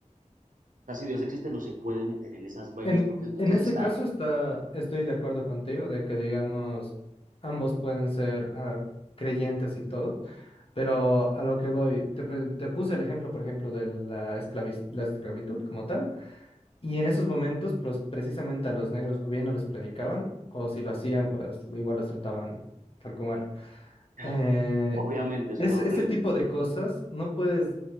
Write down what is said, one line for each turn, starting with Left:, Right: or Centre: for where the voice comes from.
Right: sea, si Dios existe, no se puede meter en esas vainas
Left: En,
Right: porque entonces
Left: en ese
Right: está,
Left: caso está, estoy de acuerdo contigo de que, digamos, ambos pueden ser ah, creyentes y todo, pero a lo que voy, te, pre- te puse el ejemplo, por ejemplo, de la esclavis- la esclavitud como tal. Y en esos momentos, pros- precisamente a los negros o bien no les predicaban, o si lo hacían, pues igual los trataban tal como era.
Right: <laughs>
Left: Eh,
Right: obviamente, eso
Left: es,
Right: era horrible.
Left: ese tipo de cosas no puedes